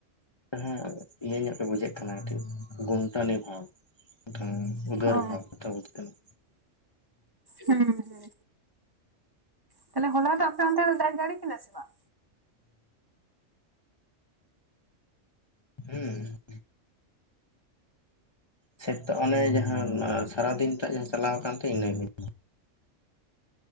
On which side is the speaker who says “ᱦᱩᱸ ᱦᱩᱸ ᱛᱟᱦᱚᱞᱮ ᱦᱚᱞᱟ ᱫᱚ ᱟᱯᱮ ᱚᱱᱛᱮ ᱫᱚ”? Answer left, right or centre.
Right